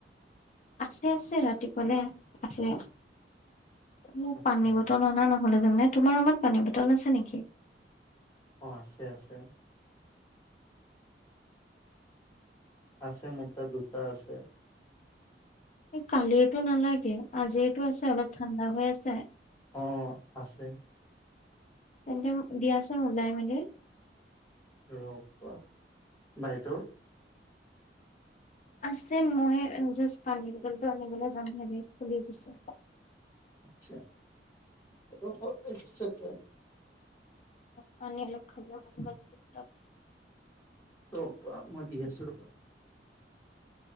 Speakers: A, on the left; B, on the left.
A: আছে, আছে। ৰাতিপুৱালে আছে। মোক
B: আচ্ছা
A: পানী বটল অনা নহলে জানা নে? তোমাৰ ৰুমত পানী বটল আছে নেকি?
B: অঁ আছে, আছে। আছে, মোৰ তাত দুটা আছে।
A: কালিৰটো নালাগে। আজিৰটো আছে? অলপ ঠাণ্ডা হৈ আছে?
B: অঁ, অঁ আছে।
A: তেন্তে দিয়া চোন উলাই মেলি।
B: ৰবা বাইদেউ। <inaudible>
A: আছে। মই জাষ্ট পানী বটলটো আনিবলৈ যাম নে <unintelligible> খুলি দিছোঁ।
B: আতচা ৰবা এক চেকেণ্ড।
A: পানী অলপ খাব <unintelligible>
B: ৰ বা মই দি আছো ৰব